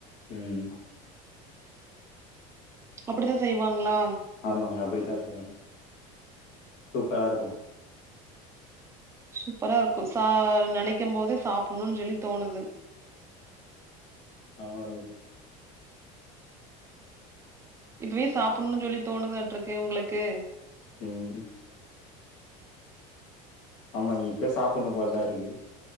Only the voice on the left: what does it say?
ம்
ஆமாங்க அப்டித்தா செய்வாங்க சூப்பராருக்கு
ஆவாங்கு
ம் ஆமா இப்யே சாப்புன்னு போல்தா இருகு